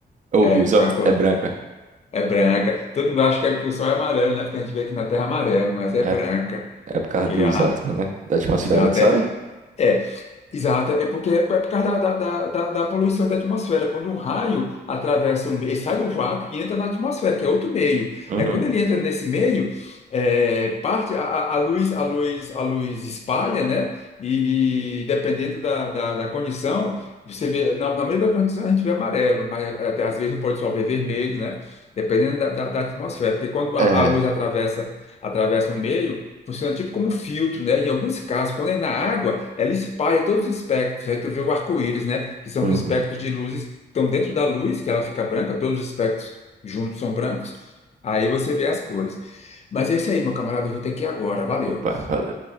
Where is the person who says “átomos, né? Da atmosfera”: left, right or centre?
Right